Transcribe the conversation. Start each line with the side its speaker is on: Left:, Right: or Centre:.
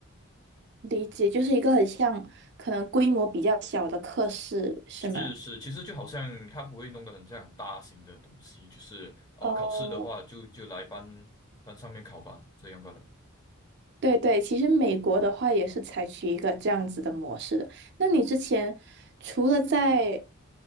Right: 理解，就是一个很像可能规模比较小的课室，是吗？
Left: 是是，其实就好像它不会弄得很像很大型的东西，就是哦，
Right: 哦，
Left: 考试的话就就来班班上面考吧，这样罢了。
Right: 对对，其实美国的话也是采取一个这样子的模式的。那你之前除了在，